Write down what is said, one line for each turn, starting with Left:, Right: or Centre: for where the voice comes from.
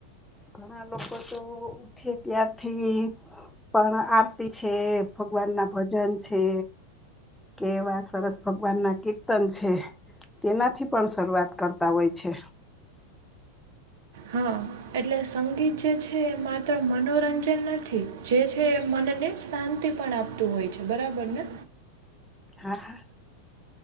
Centre: ઘણા લોકો તો ઉઠે ત્યારથી પણ આરતી છે ભગવાન ના ભજન છે. કેવા સરસ ભગવાન ના કીર્તન છે. તેનાથી પણ શરૂઆત કરતા હોય છે.
Right: હા એટલે સંગીત જે છે એ માત્ર મનોરંજન નથી જે છે એ મનને શાંત પણ આપતું હોય છે બરાબર ને
Centre: હા હા.